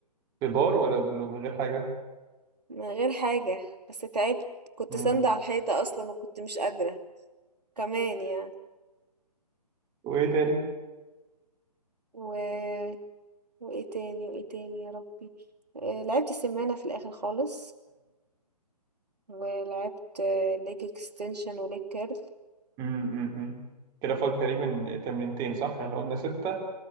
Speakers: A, on the right; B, on the right.
A: ببار ولا من غير حاجه
B: من غير حاجة بس تعبت كنت
A: مم.
B: ساندة على الحيطة أصلا وكنت مش قادرة كمان يعني
A: وايه تاني
B: و... وإيه تاني وإيه تاني يا ربي آه، لعبت سمانة في الآخر خالص ولعبت ليج اكستنشن وليج كيرل
A: امم كده فاضل تقريبا تمرينتين صح يعني قلنا ستة